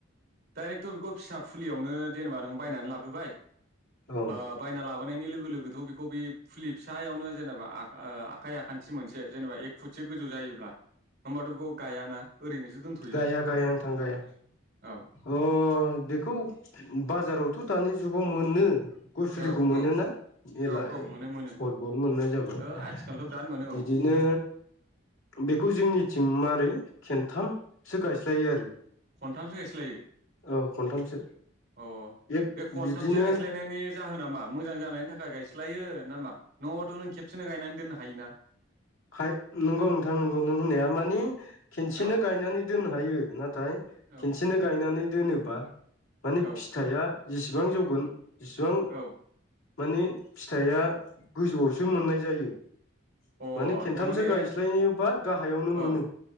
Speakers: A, on the right; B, on the left.
A: डाइरेक्थ' बेखौ फिसा फुलियावनो जेनेबा नों बायनानै लाबोबाय ओ
B: औ
A: बायना ला गनायनि लोगो लोगोथ' बेखौ बे फुलि फिसायावनो जेनेबा आखा आखाइ आखान्थि मोनसे जेनेबा एक फुटसो गोजौ जायोब्ला होमबाथ' बेखौ गायाना ओरैनोसो दोनथ'यो
B: गाया गाया नोंथां गाया
A: औ
B: अ बेखौ बाजारावथ' दानि जुगाव मोनो गय फुलिखौ
A: औ
B: मोनोना
A: औ
B: मेला
A: औ औ मोनो मोनो
B: हरबल मोननाय जाबाय
A: ओ आथिखालथ' बिराद मोनो
B: बिदिनो
A: औ
B: बेखौ जोंनि जों मारै खेन थामसो गायस्लायो आरो
A: खनथामसो गायस्लायो
B: औ खनथामसो
A: अ
B: एक
A: बे खनथामसो
B: बिदिनो
A: गायस्लायनायनि जाहोना मा मोजां जानायनि थाखाय गायस्ल स्लायो ना मा नंआबाथ' नों खेबसेनो गायनानै दोननो हायोना
B: खाय नंगौ नोंथां नोंगौ नों होननाया मानि खेनसेनो
A: औ
B: गायनानै दोननो हायो नाथाय
A: औ
B: खेनसेनो गायनानै दोनोबा माने
A: औ
B: फिथाइआ जेबां जौग गोन जेसिबां
A: औ
B: माने फिथाइया गोजौआवसो मोननाय जायो
A: अ
B: माने खेनथामसो
A: थारमाने
B: गायस्लायनोबा गाहायावनो
A: औ
B: मोनो